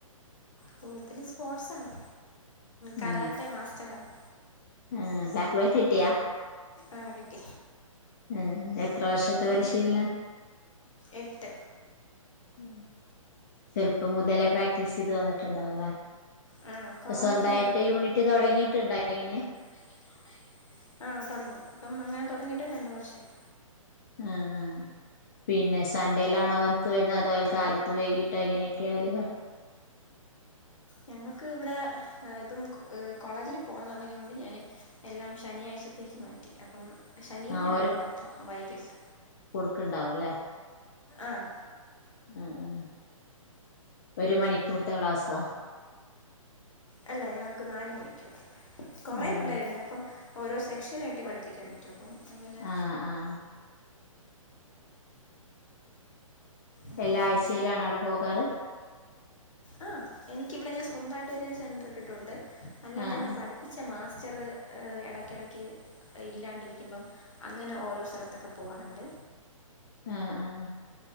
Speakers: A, on the left (about 65°); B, on the left (about 30°).
A: കൂടുതൽ സ്പോർട്സാണ് കരാട്ടെ
B: ആ
A: മാസ്റ്ററാണ്.
B: ആ ബ്ലാക്ക് ബെൽറ്റ് കിട്ടിയാ?
A: ആ കിട്ടി.
B: ഉം എത്ര വർഷത്തെ
A: ഇപ്പം
B: പരിശീലനാ?
A: എട്ട്
B: ഉം ചെറുപ്പം മുതലേ പ്രാക്ടീസ് ചെയ്ത് വന്നിട്ടുണ്ടാവുംല്ലേ?
A: ആ കൊറോണയ്ക്ക്
B: പ്പൊ സ്വന്തായിട്ട് യൂണിറ്റ് തൊടങ്ങിയിട്ടുണ്ടായിന്?
A: തുടങ്ങീട്ടുണ്ടായിന്. ആഹ തൊടങ്ങി ഇപ്പം അങ്ങനെ തൊടങ്ങിട്ട് രണ്ടു വർഷായി.
B: ആ ആ... പിന്നെ സൺഡേലാണോ വർക്ക് വരുന്നേ അതോ കാലത്തും വൈകിട്ടോ എങ്ങനെയൊക്കെയാല് വർ
A: ഞങ്ങക്ക് ഇവിടെ ഇപ്പം കോളേജിൽ പോകാൻ തൊടങ്ങിയൊണ്ട് ഞാൻ. എല്ലാം ശനിയാഴ്ചത്തേക്ക് മാറ്റി അപ്പം ശനിയും
B: ആഹ്
A: ഞായറും മാത്രം വൈകിട്ട്.
B: ക്ക്ണ്ടാവുംല്ലേ?
A: ആഹ.
B: ആ ആ, ഒരു മണിക്കൂർത്തെ ക്ലാസ്സാ?
A: അല്ല ഞങ്ങക്ക് നാല് മണിക്കൂറ് കൊറെ
B: ഉം
A: പിള്ളേരുണ്ട് അപ്പം. ഓരോ സെക്ഷനായിട്ട് പഠിപ്പിക്കാൻ പറ്റും അപ്പം അങ്ങനെ.
B: ആഹ് ആഹ്
A: അങ്ങനെയാ
B: എല്ലാ ആഴ്ച്ചയിലാണോ അവിടെ പോകാറ്?
A: ആ എനിക്കിവിടെ ഞാൻ സ്വന്തായിട്ടൊരു സെന്റർ ഇട്ടിട്ടുണ്ട് അല്ലാണ്ടെന്നെ
B: ആഹ്
A: പഠി- പ്പിച്ച മാസ്റ്ററ് എടയ്ക്കിടയ്ക്ക്. ഇല്ലാണ്ടിരിക്കുമ്പം അങ്ങനെ ഓരോ സ്ഥലത്തൊക്കെ പോവാറ്ണ്ട്.
B: ആഹ ആഹ.